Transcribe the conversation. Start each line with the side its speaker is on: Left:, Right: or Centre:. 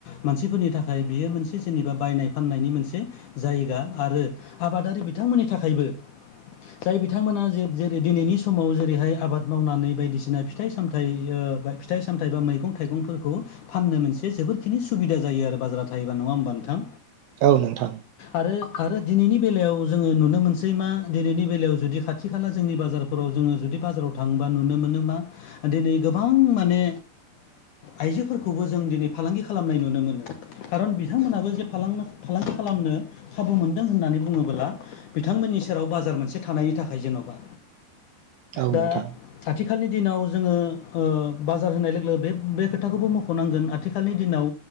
Left: मानसिफोरनि थाखाय बियो मोनसे जेनेबा बायनाय फाननायनि मोनसे जायगा आरो आबादारि बिथांमोननि थाखायबो जाय बिथांमोना जे जेरै दिनैनि समाव जेरैहाय आबाद मावनानै बायदिसिना फिथाइ सामथाइ ओ फिथाइ सामथायाइ बा मैगं थाइगंफोरखौ फाननो मोनसे जोबोरखिनि सुबिदा जायो आरो बाजाराव थायोबा नङा होमबा नोंथां?
Right: औ नोंथां
Left: आरो आरो दिनैनि बेलायाव जोङो नुनो मोनसै मा दिनैनि बेलायाव जुदि खाथि खाला जोंनि बाजारफोराव जोङो जुदि बाजाराव थांङोबा नुनो मोन मा दिनै गोबां माने आइजोफोरखौबो जों दिनै फालांगि खालामनाय नुनो मोनो खारन बिथांमोनाबो जे फालांगि फालांगि खालामनो खाबु मोनदों होननानै बुङोब्ला बिथांमोननि सेराव बाजार मोनसे थानायनि थाखाय जेन'बा
Right: औ
Left: दा
Right: नोंथां
Left: आथिखालनि दिनाव जोङो बाजार होनाय लोगो बे बे खोथाखौबो मख'नांगोन आथिखालनि दिनाव